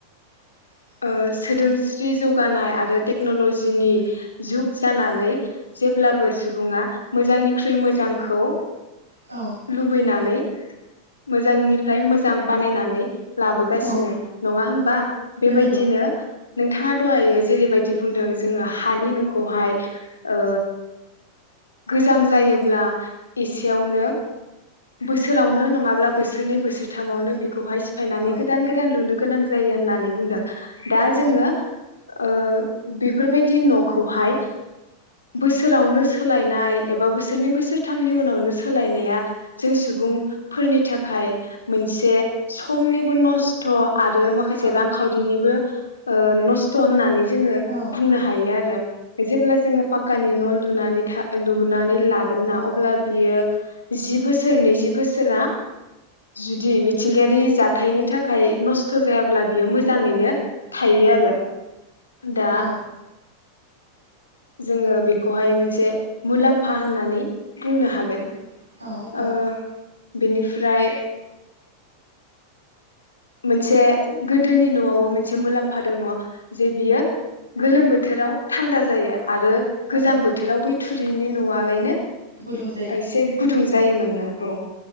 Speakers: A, on the right (about 80°); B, on the left (about 75°).
A: <inaudible>
B: ओ सोदोमस्रि जौगानाय आरो टेक्नलजिनि जुग जानानै जेब्लाबो सुबुङा मोजांनिख्रुइ मोजांखौ
A: औ
B: लुबैनानै मोजांनिफ्राय मोजां बानायनानै लाबोगासिनो
A: औ
B: नङा होमबा बेबायदिनो
A: नंगौ
B: नोंथाङा। दहायो जेरैबायदि बुंदों जोङो हानि न'खौहाय ओ गोजाम जायोब्ला एसेयावनो बोसोरावनो नङाब्ला बोसोरनै बोसोरथामावनो बे खौहाय सिफायनानै
A: औ
B: गोदान गोदान लुनो गोनां जायो होननानै बुंदों दा जोङो
A: औ
B: ओ बेफोरबायदि न'खौहाय बोसोरावनो सोलायनाय एबा बोसोरनै बोसोरथामनि उनावनो सोलायनाया जों सु बुंफोरनि थाखाय मोनसे समनिबो नस्थ' आरो माखासे
A: औ
B: रांखावरिनिबो ओ नस्थ' होन्नानै। जोङो
A: औ
B: बुंनो हायो आरो जेब्ला जोङो खानि न' ल लुनानै था लुनानै लागोन ना अब्ला बियो जि बोसोर नैजि बोसो सोरा जुदि मिथिंगायारि जाथायनि थाखाय नस्थ' जायाब्ला बियो मोजाङैनो थायो। आरो दा
A: औ
B: जोङो बेखौहाय मोनसे मुलाम्फा होननानै बुंनो हागोन।
A: औ औ
B: ओ बेनिफ्राय मोनसे गोदोनि न'आवबो मोनसे मुलाम्फा दङ जे बियो गोलोम बोथोराव थान्दा जायो आरो
A: औ
B: गोजां बोथोराव बै थुरिनि न'आलायनो
A: गुदुं जायो
B: एसे गुदुं जायोमोननो औ